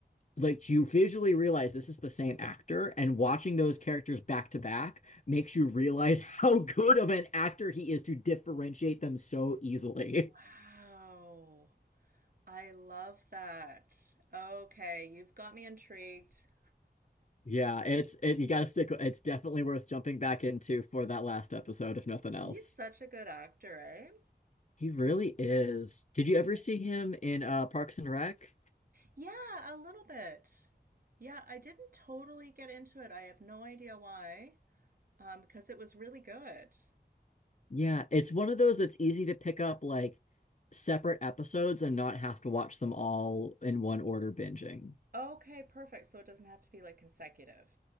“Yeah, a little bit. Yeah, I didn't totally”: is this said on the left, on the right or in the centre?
Right